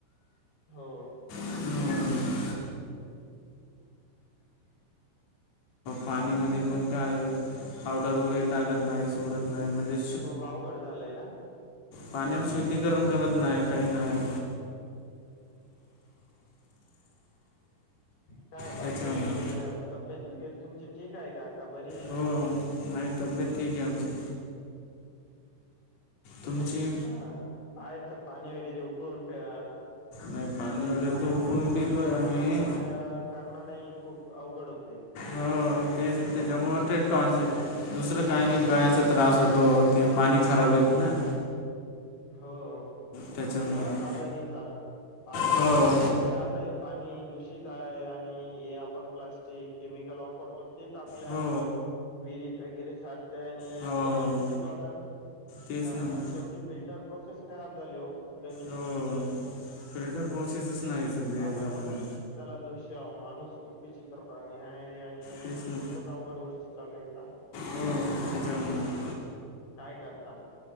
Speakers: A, on the left; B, on the left.
A: हो
B: हो पाणीमध्ये पण काय पावडर वगैरे टाकत नाही सोडत नाही म्हणजे
A: खूप अवघड झालंय ना
B: पाण्याच शुद्धीकरण करत नाही काही नाही
A: काय बाकी
B: त्याच्यामुळे
A: तब्येत वगैरे तुमची ठीक आहे का का बरी नाही
B: हो नाही तब्येत ठीक आहे आमची
A: तुम्ही
B: तुमची
A: श पाहाच पाणी वगैरे उकळून प्या
B: नाही पाणी
A: आता हे
B: वगैरे
A: पाण्यामुळे
B: तर उकळून
A: जरा
B: पितोय
A: दूषित
B: आम्ही
A: आहे ना त्या कारणानेही खूप अवघड होतय
B: हो तेच त्याच्यामुळे ते टॉनस आहे दुसरं काही नाही गळ्याचा त्रास होतो ते पाणी खराब येतं ना
A: हो म्हणजे
B: त्याच्यामुळे
A: बराच आजारीचा आहे पाणी उकळून
B: हो
A: वगैरे. आता हे पाणी दूषित आहे आणि हे आपण प्लास्टिक केमिकल वापरतो. तेच आपल्या
B: हो
A: विरीत वगैरे साठ आणि
B: हो
A: आपण तेच पितो आता
B: तेच
A: कारण
B: ना मग
A: की शेवटी फिल्टर प्रोसेस खराब झाली हो. जमिनीतली
B: हो फिल्टर प्रोसेसच नाही सध्या
A: आपणच
B: जमान्या
A: त्याला दोषी आ माणूस खूपी चित्रपटा आणि आहे आणि
B: तेच ना
A: खूपच अवघड गोष्टी चालू आहेता.
B: हो सच्या म्ह
A: काय करता